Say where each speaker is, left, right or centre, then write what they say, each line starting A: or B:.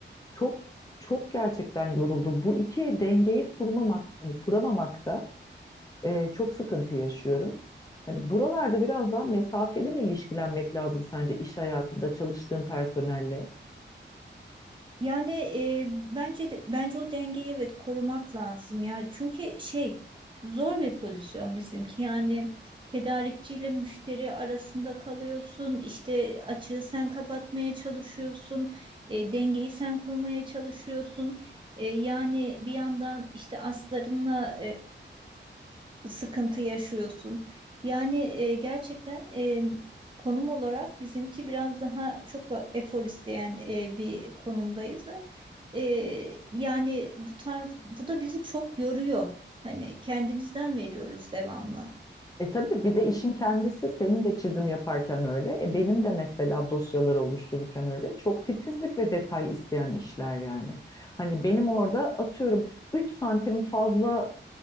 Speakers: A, on the left; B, on the right.
A: Çok çok gerçekten yoruldum. Bu iki dengeyi kurmamak hani kuramamakta e, çok sıkıntı yaşıyorum. Hani buralarda biraz daha mesafeli mi ilişkilenmek lazım sence iş hayatında çalıştığın personelle?
B: Yani e, bence de, bence o dengeyi evet korumak lazım ya. Çünkü şey zor bir pozisyon bizimki. Yani tedarikçiyle müşteri arasında kalıyorsun. işte açığı sen kapatmaya çalışıyorsun. e, dengeyi sen kurmaya çalışıyorsun. E, yani bir yandan işte aslarınla sıkıntı yaşıyorsun. Yani e, gerçekten e, konum olarak bizimki biraz daha çok fa- efor isteyen e, bir konumdayız ve e, yani bu tarz bu da bizi çok yoruyor. Hani kendimizden veriyoruz devamlı.
A: E tabii bir de işin kendisi senin de çizim yaparken öyle. E benim de mesela dosyaları oluştururken öyle. Çok titizlik ve detay isteyen işler yani. Hani benim orada atıyorum 3 santim fazla